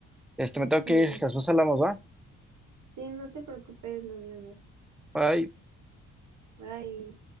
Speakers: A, in the centre; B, on the right.
A: Este, me tengo
B: Sí,
A: que ir, después hablamos, ¿va?
B: Sí, no te preocupes, nos vemos.
A: Bye.
B: Bye.